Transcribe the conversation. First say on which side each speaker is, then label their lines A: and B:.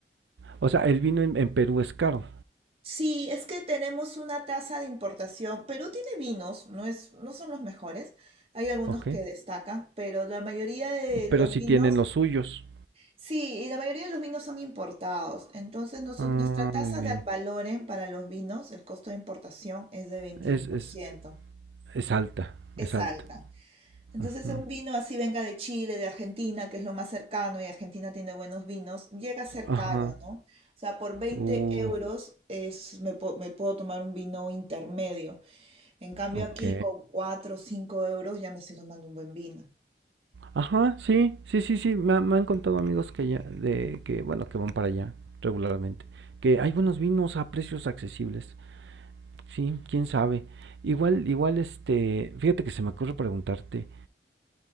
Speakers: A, on the right; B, on the right.
A: O sea, el vino en, en Perú es caro,
B: Sí, es que tenemos una tasa de importación. Perú tiene vinos, no es, no son los mejores. Hay algunos
A: ok.
B: que destacan, pero la mayoría de los
A: Pero sí
B: vinos
A: tienen los suyos.
B: Sí, y la mayoría de los vinos son importados. Entonces, noso-
A: Ah,
B: nuestra tasa
A: muy bien.
B: de Ad valorem para los vinos, el costo de importación es de 21%.
A: Es, es, es alta,
B: Es
A: es alta.
B: alta. Entonces,
A: Ajá.
B: un vino así venga de Chile, de Argentina, que es lo más cercano, y Argentina tiene buenos vinos, llega a ser
A: Ajá.
B: caro, ¿no? O sea, por 20
A: Uy,
B: euros es, me, po- me puedo tomar un vino intermedio. En cambio,
A: ok.
B: aquí con 4 o 5 euros ya me estoy tomando un buen vino.
A: Ajá, sí, sí, sí, sí. Me, me han contado amigos que ya, de que, bueno, que van para allá regularmente. Que hay buenos vinos a precios accesibles. Sí, quién sabe. Igual, igual, este, fíjate que se me ocurre preguntarte.